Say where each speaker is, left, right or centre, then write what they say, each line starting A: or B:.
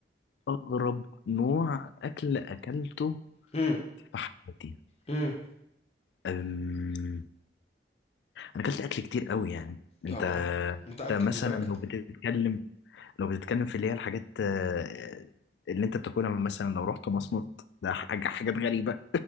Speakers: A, on the left; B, on the left.
A: اغرب نوع اكل اكلته
B: امم
A: في حياتي
B: امم
A: أم... انا اكلت اكل كتير قوي يعني انت
B: اه اه متأكد
A: انت مثلا
B: متأكد
A: لو بتتكلم لو بتتكلم في اللي هي الحاجات آه، اللي انت بتاكلها مثلا لو رحت مصمت ده حاجة حاجات غريبة